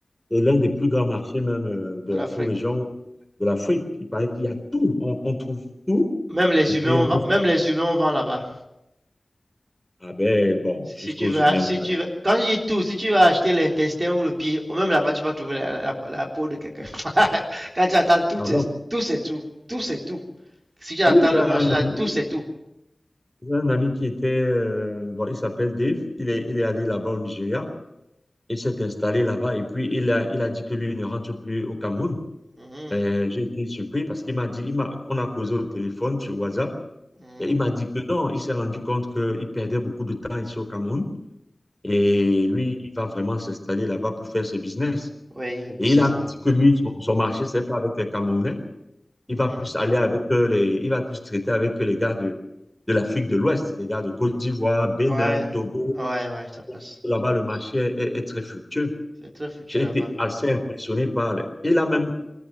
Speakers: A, in the centre; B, on the right.
A: c'est l'un des plus grands marchés même euh, de
B: de
A: la
B: l'Afrique.
A: sous-région de l'Afrique. Il paraît qu'il y a tout. On, on trouve tout.
B: Même les
A: Et puis,
B: humains, on
A: on
B: vend,
A: trouve...
B: même les humains, on vend là-bas.
A: Ah ben, bon,
B: Si
A: jusqu'aux
B: si tu veux,
A: humains
B: si
A: quand
B: tu
A: même.
B: veux, quand je dis tout, si tu vas acheter l'intestin ou le pied, ou même là-bas, tu vas trouver la, la- la peau de quelqu'un. <laughs> quand tu attends tout,
A: Ah
B: c'est
A: bon.
B: tout, c'est tout. Tout, c'est tout. Si tu attends
A: Oui, j'ai
B: le
A: un
B: marché là,
A: ami,
B: tout, c'est tout.
A: j'ai un ami qui était... euh, bon, il s'appelle Dave. Il est, il est allé là-bas au Nigeria. Il s'est installé là-bas. Et puis, il a, il a dit que lui, il ne rentre plus au Cameroun.
B: Mhm,
A: Euh, j'ai été surpris parce qu'il m'a dit... Il m'a, on a causé au téléphone sur WhatsApp.
B: mhm,
A: Mais il m'a dit que non, il s'est rendu compte qu'il perdait beaucoup de temps ici au Cameroun. Et
B: mhm.
A: lui, il va vraiment s'installer là-bas pour faire ses business.
B: Ouais, il y a un business
A: Et il a
B: là-bas.
A: dit que lui, son, son marché, c'est pas avec les Camerounais. Il
B: Mhm.
A: va plus aller avec euh, les, il va plus traiter avec les gars de, de l'Afrique de l'Ouest, les gars de Côte d'Ivoire, Bénin,
B: Ouais,
A: Togo.
B: ouais, ouais, ça passe.
A: Là-bas, le marché est, est très fructueux.
B: C'est très fructueux
A: J'ai
B: là-bas.
A: été assez impressionné par le- Il a même,